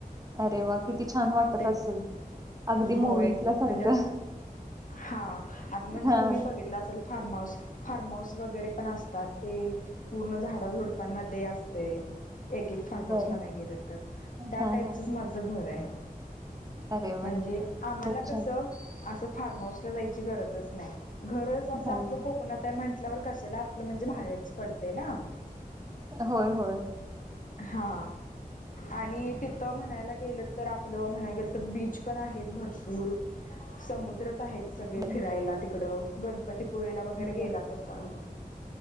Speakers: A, on the right (about 25°); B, on the left (about 60°).
A: अरे वा किती छान वाटत
B: ते
A: असेल अगदी
B: होय
A: मूवीतल्या
B: म्हणजे
A: सारखं.
B: हा आता म्हणजे
A: हां,
B: तुम्ही बघितलं असेल फार्म हाऊस, फार्महााऊस वगैरे पण असतात ते पूर्ण झाडंझुडपांमध्ये असतय. एक एक फार्म हाऊस
A: बरं.
B: म्हणायं गेलं तर त्या
A: हां,
B: टाईपचच
A: हां.
B: माझं घर आहे.
A: अरे वाह!
B: म्हणजे आम्हाला
A: खूप छान.
B: कसं अस फार्म हाऊस ला जायची गरजच नाही घरज असं
A: हां.
B: आप कोकणात म्हण आपटल्यावर कशाला आपलं म्हणजे बाहेरच पडते ना.
A: होय होय.
B: हा आणि तिथं म्हणायला गेलं तर आपलं म्हणायला गेलं तर बीच पण आहेत भरपूर समुद्रच आहेत सगळे
A: बरं,
B: फिरायला तिकड गण पती पुळेला वगैरे गेलाच
A: बरं.
B: असाल